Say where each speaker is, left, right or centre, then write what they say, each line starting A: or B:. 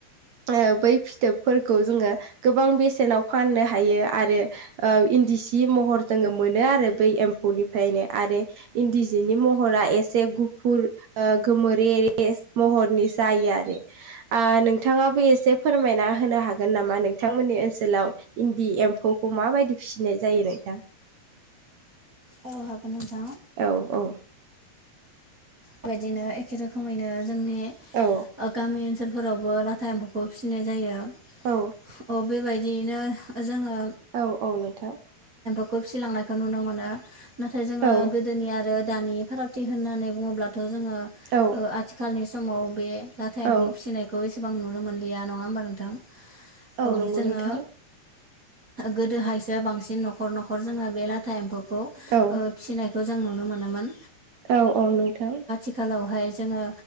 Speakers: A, on the right; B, on the right.
A: ओ बै फिथोबफोरखौ जोङो गोबां बेसेनाव फाननो हायो आरो ओ इन्दि सि महर जोंङो मोनो आरो बै एम्फौनिफ्रायनो आरो इन्दि जिनि महरा एसे गु गुफुर ओ गोमोरे रे महरनि जायो आरो आ नोंथाङाबो ए से फोरमायना होनो हागोन नामा नोंथांमोननि ओनसोलाव इन्दि एम्फौखौ माबायदि फिसिनाय जायो? नोंथां
B: औ हागोन नोंथां।
A: औ औ
B: बेबायदिनो एखे रोखोमैनो जोंनि ओ
A: औ
B: गामि ओन सोलफोरावबो लाथा एम्फौखौ फिसिनाय जायो।
A: औ।
B: अ बेबायदियैनो ओ जोङो
A: औ औ नोंथां।
B: बो फिलांनायखौ नुनो मोनो नाथाय जोङो
A: औ
B: गोदोनि आरो दानि फारागथि होननानै बुङोब्ला थ' जोङो
A: औ
B: ओ आथिखालनि समाव बे लाथा
A: औ
B: एम्फौ फिसिनायखौ एस बां नुनो मोनलिया नङा होमबा नोंथां औ
A: नंगौ
B: जोङो
A: नोंथां
B: गोदोहायसो बांसिन न'खर न'खर जोङो बे लाथा एम्फौखौ
A: औ
B: ओ फिसिनाय खो जों नुनो मोनोमोन।
A: औ औ नोंथां।
B: खालावहाय जोङो